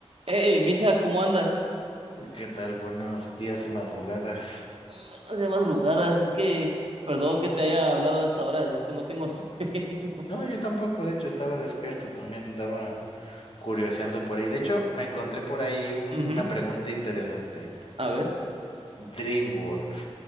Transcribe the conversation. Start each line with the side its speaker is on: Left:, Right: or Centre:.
Right: Hey, Misa, ¿cómo andas?
Left: ¿Qué tal? Buenos días, madrugadas.
Right: Mm, De madrugadas, es que, perdón que te haya hablado a esta hora, es que no tengo sueño. <laughs>
Left: No, yo tampoco, de hecho, estaba despierto, también andaba curioseando por ahí. De hecho, me encontré por ahí un-
Right: Ujú,
Left: una pregunta interesante.
Right: A ver.
Left: DreamWorks.